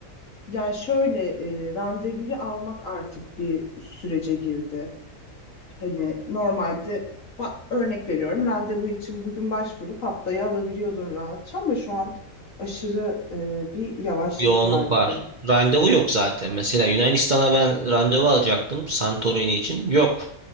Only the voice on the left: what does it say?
Ya şöyle e, randevuyu almak artık bir sürece girdi. Hani normalde ba- örnek veriyorum randevu için bugün başvurup haftaya alabiliyordun rahatça ama şu an aşırı e, bir yavaşlık
var
bu konu.